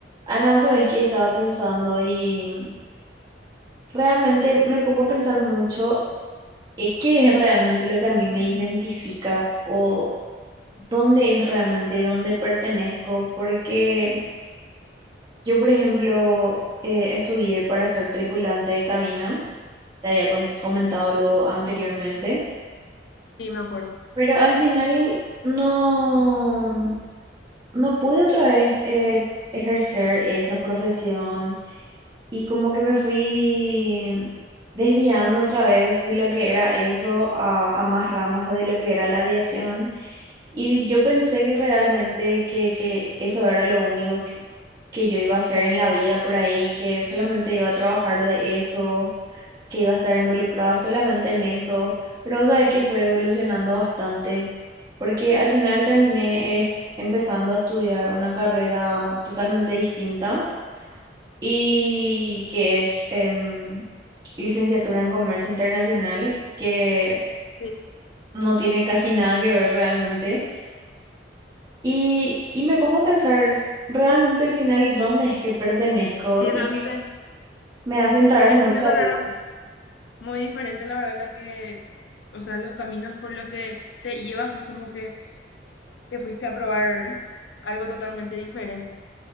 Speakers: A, on the right (about 25°); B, on the left (about 70°).
A: Ana, vos sabés que estaba pensando y mm, realmente me pongo a pensar mucho eh, qué es realmente lo que a mí me identifica o dónde es realmente dónde pertenezco, porque yo, por ejemplo, eh, estudié para ser tripulante de cabina, te había con- comentado luego anteriormente,
B: Sí, me acuerdo.
A: pero al final no, no pude otra vez eh, ejercer esa profesión. Y como que me fui desviando otra vez de lo que era eso a, a más ramas de lo que era la aviación. Y yo pensé que realmente que, que eso era lo único que, que yo iba a hacer en la vida por ahí, que solamente iba a trabajar de eso, que iba a estar involucrada solamente en eso. Pero sabes que fue evolucionando bastante, porque al final terminé eh, empezando a estudiar una carrera totalmente distinta y que es em, licenciatura en Comercio Internacional, que
B: Sí,
A: no tiene casi nada que ver realmente. Y, y me pongo a pensar realmente al final dónde es que pertenezco
B: sí,
A: y
B: realmente es,
A: me hace entrar
B: es
A: en mucha
B: una carrera
A: duda.
B: muy diferente, la verdad, la que, o sea, los caminos por los que te llevas, es como que te fuiste a probar algo totalmente diferente.